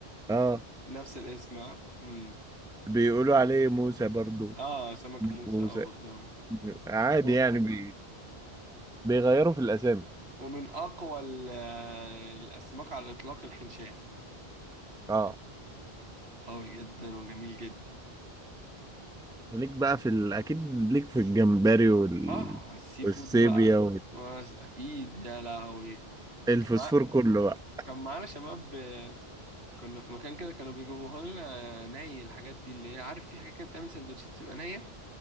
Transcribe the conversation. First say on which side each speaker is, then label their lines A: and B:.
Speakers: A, in the centre; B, on the right.
A: اه
B: نفس الاسم اه أمم.
A: بيقولوا عليه موسى برضو
B: آه، سمك موسى
A: موسى
B: او غطيان
A: عادي
B: و-
A: يعني بي... بيغيروا في الاسامي
B: ومن اقوى ال- آه، الاسماك على الاطلاق الحنشان
A: اه
B: قوي جدا وجميل جدا
A: وليك بقى في ال... اكيد ليك في الجمبري وال...
B: اه السي
A: والسيبيا
B: فود بقى بس اكيد يا لهوي
A: والفوسفور
B: كان مع-
A: كله بقى
B: كان معانا شباب كنا في مكان كده كانوا بيجيبوها لنا ني الحاجات دي اللي هي عارف في حاجات كده بتعمل سندوتشات تبقى نية